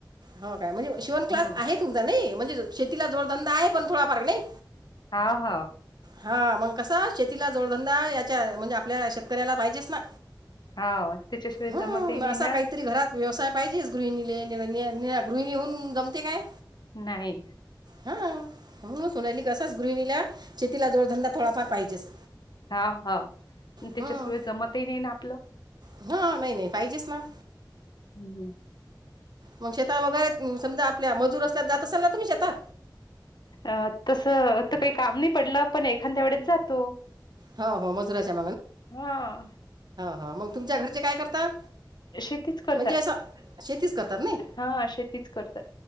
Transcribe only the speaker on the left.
हम्म.
हां हां
हाव त्याच्याशिवाय
जमतही नाही
ना
नाही.
हाव हाव त्याच्याशिवाय
जमतही नाही ना आपलं.
हं ह
अ तस आता काही काम नाही पडलं. पण एखांद्या एवढेच जातो.
हा.
शेतीच करतात.
हा शेतीच करतात.